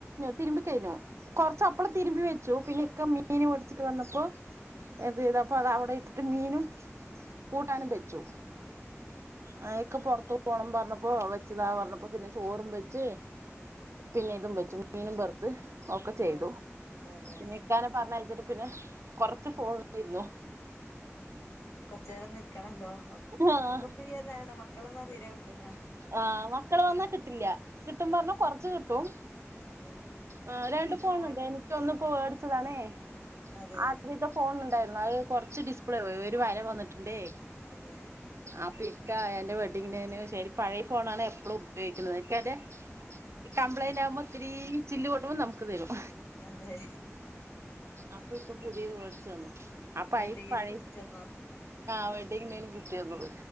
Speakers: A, on the right; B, on the left.
A: തിരുമ്പിക്കഴിഞ്ഞു. കൊറച്ച് അപ്പളം
B: അതെ
A: തിരുമ്പി വെച്ചു. പിന്നെ ഇക്ക മീന് പടിച്ചിട്ട് വന്നപ്പൊ.
B: അതെ
A: എന്ത് ചെയ്ത അപ്പൊ അത് അവിടെ ഇട്ടിട്ട് മീനും കൂട്ടാനും വെച്ചു.
B: അതെ
A: ആ ഇക്ക പൊറത്ത് പോണം പറഞ്ഞപ്പൊ വെച്ചതാ പറഞ്ഞപ്പോ പിന്നെ ചോറും വെച്ച്. പിന്നെ ഇതും വെച്ചു. മീനും പൊറ്ത്ത് ഒക്കെ ചെയ്തു.
B: ആഹ് അതെ
A: പിന്നെ ഇക്കാനെ പറഞ്ഞഴച്ചിട്ട് പിന്നെ കൊറച്ച് ഫോൺ ഇരുന്നു.
B: കൊറ്ച്ചേരം നിക്കണല്ലോ.
A: ആഹ്
B: നമ്മക്ക് ഇപ്പ ഈ ഒര് നേ മക്കളെന്നാ തീരെ കിട്ടൂല.
A: ആഹ് മക്കള് വന്നാ കിട്ടില്ല. കിട്ടും
B: അതെ
A: പറ്ഞ്ഞാ കൊറച്ച് കിട്ടും.
B: അതെ
A: ആ രണ്ട്
B: പിന്നെ
A: ഫോണുണ്ട്.
B: ഓൽ
A: എനിക്ക് ഒന്ന് ഇപോ മേടിച്ചതാണേ
B: അതെ
A: ആദ്യ ഫോൺ ഇണ്ടായിരുന്നു. അത് കൊറച്ച് ഡിസ്പ്ലേ പോയി. ഒരു വര വന്നിട്ടുണ്ടേ.
B: അതെ
A: ആപ്പ ഇക്കാ എന്റെ വെഡിങ് ആനിവേ ശരി. അയ്ന് പഴയ ഫോണാണ് എപ്പളും. ഉപയോഗിക്കുണത്. മറ്റെ അതെ കംപ്ലൈന്റ് ആകുമ്പം ഒത്തിരീ ചില്ല് പ്പൊട്ടുമ്പം നമുക്ക് തരും.
B: അതെ
A: അപ്പൊ ഇപ്പൊ പുതിയത് മേടിച്ച് തന്നു. അപ്പൊ
B: വെഡ്ഡിങ്ങിന്
A: പഴെ
B: ഗിഫ്റ്റ് തന്നോ
A: ആ വെഡിനും ഫിഫ്റ്റി <unintelligible> തന്നത്